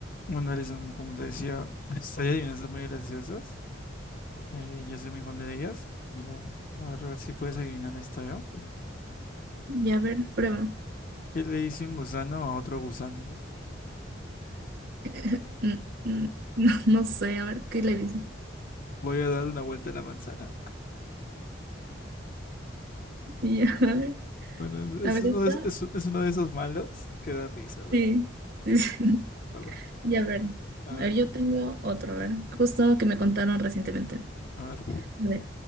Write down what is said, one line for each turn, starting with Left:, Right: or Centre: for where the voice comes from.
Left: Bueno, Alison, como te decía, <laughs> pues, hay adivinanzas muy graciosas. Eh, yo soy muy fan de ellas. Mira, a ver, a ver si puedes adivinar esta, ¿yo?
Right: Ya, a ver, prueba.
Left: ¿Qué le dice un gusano a otro gusano?
Right: <laughs> Mm, mm, No, no sé, a ver qué le dicen.
Left: Voy a dar una vuelta a la manzana.
Right: Ya, <laughs> a ver,
Left: Bueno,
Right: a
Left: es
Right: ver,
Left: es uno
Right: está.
Left: de, es, es- uno de esos malos que da risa. Bueno,
Right: Sí,
Left: disculpa,
Right: sí, sí. <laughs>
Left: perdón. Ya,
Right: Ya, a ver.
Left: a ver
Right: A ver,
Left: tú.
Right: yo tengo otro, a ver. Justo que me contaron recientemente. A
Left: A ver.
Right: ver,